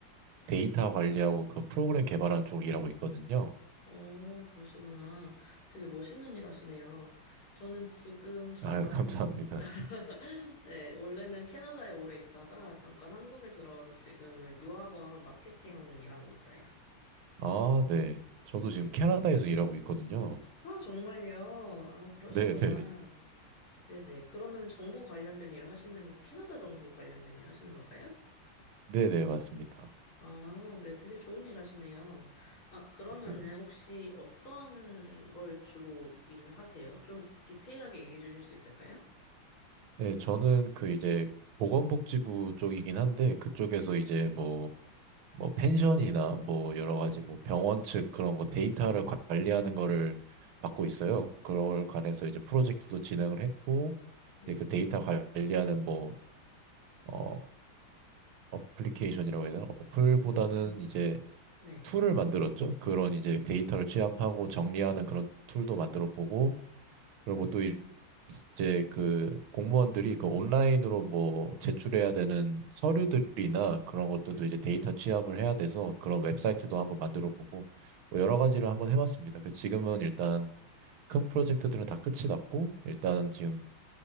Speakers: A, on the right (about 75°); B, on the left (about 75°).
A: 데이터 관리하고 그 프로그램 개발하는 쪽으로 일하고 있거든요.
B: 어, 그러시구나. 되게 멋있는 일 하시네요. 저는 지금 잠깐,
A: 아, <laughs> 감사합니다.
B: <laughs> 네, 원래는 캐나다에 오래 있다가 잠깐 한국에 들어와서 지금은 유학원 마케팅 하는 일 하고 있어요.
A: 아, 네. 저도
B: 네네.
A: 지금 캐나다에서 일하고 있거든요.
B: 아, 정말요? 아, 그러시구나.
A: 네, 네.
B: 네네. 그러면은 정부 관련된 일 하시는 게 캐나다 정부 관련된 일 하시는 걸까요?
A: 네, 네, 맞습니다.
B: 아, 네. 되게 좋은 일 하시네요. 아, 그러면은
A: 네, 그-
B: 혹시 어떤 걸 주로 일을 하세요? 좀 디테일하게 얘기해 주실 수 있을까요?
A: 네, 저는 그 이제 보건복지부 쪽이긴 한데 그쪽에서
B: 네.
A: 이제 뭐 뭐 펜션이나 뭐 여러
B: 음,
A: 가지 뭐 병원 측 그런 거 데이터를 관- 관리하는 거를 맡고
B: 음,
A: 있어요. 그걸 관해서 이제 프로젝트도 진행을 했고
B: 네.
A: 이제 그 데이터 관리하는 뭐 어, 어플리케이션이라고 해야 되나? 어플보다는
B: 음,
A: 이제
B: 네.
A: 툴을 만들었죠. 그런 이제 데이터를 취합하고 정리하는 그런 툴도 만들어 보고 그리고
B: 음,
A: 뭐또 이제 그 공무원들이 그 온라인으로 뭐 제출해야 되는 서류들이나 그런 것들도 이제 데이터 취합을 해야 돼서 그런 웹사이트도 한번 만들어 보고 뭐
B: 음,
A: 여러 가지를 한번
B: 음,
A: 해봤습니다. 그 지금은 일단 큰 프로젝트들은 다 끝이 났고 일단은 지금